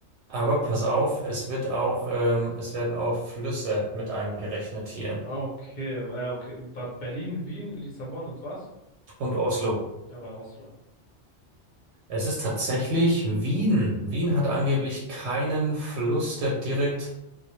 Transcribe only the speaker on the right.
aber pass auf, es wird auch, ähm, es werden auch Flüsse mit eingerechnet hier.
Und Oslo.
Es ist tatsächlich Wien. Wien hat angeblich
keinen Fluss, der direkt.